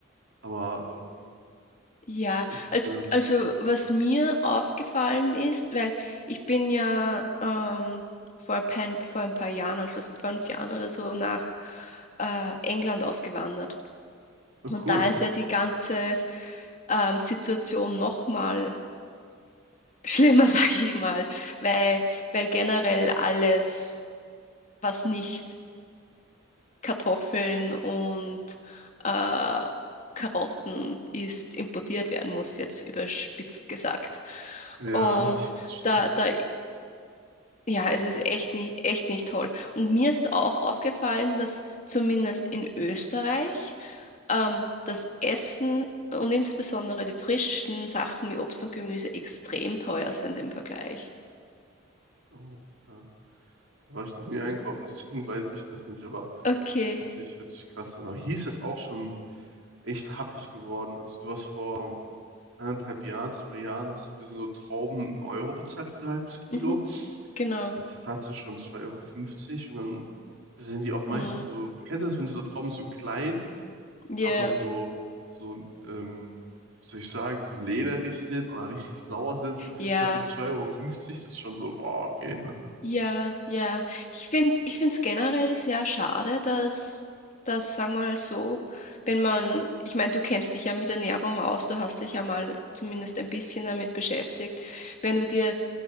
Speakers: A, on the right (about 65°); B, on the left (about 40°).
A: Aber ähm,
B: Ja,
A: ist irgendwie blöd.
B: als, also was mir aufgefallen ist, weil ich bin ja ähm, vor ein paar, vor ein paar Jahren, also vor fünf Jahren oder so, nach äh, England ausgewandert.
A: Ah, cool.
B: Und da ist ja die ganze ähm, Situation nochmal schlimmer, <laughs> sag ich mal, weil, weil generell alles, was nicht Kartoffeln und äh, Karotten ist, importiert werden muss, jetzt überspitzt gesagt.
A: Ja,
B: Und
A: das stimmt.
B: da, da Ja, es ist echt nicht, echt nicht toll. Und mir ist auch aufgefallen, dass zumindest in Österreich ähm, das Essen und insbesondere die frischen Sachen wie Obst und Gemüse extrem teuer sind im Vergleich.
A: Oh, da, da war ich noch nie einkaufen, deswegen <laughs> weiß ich das nicht, aber
B: Okay,
A: es hört sich, hört sich krass an. Aber hier ist es auch schon echt happig geworden. Also du hast vor anderthalb Jahren, zwei Jahren, hast du für so Trauben einen Euro bezahlt für ein halbes Kilo.
B: mhm, genau.
A: Jetzt zahlst du schon zwei Euro fünfzig und dann sind die auch meistens
B: Mm,
A: so, kennst du das, wenn du so Trauben so klein
B: Ja,
A: aber so, so, ähm, wie soll ich sagen, so lederig sind oder richtig sauer sind. Und dafür
B: ja.
A: zahlst du zwei Euro. fünfzig Das ist schon so, wow, okay, Mann.
B: Ja, ja. Ich finde es ich find's generell sehr schade, dass, dass, sagen wir mal so, wenn man, ich meine, du kennst dich ja mit Ernährung aus, du hast dich ja mal zumindest ein bisschen damit beschäftigt, wenn du dir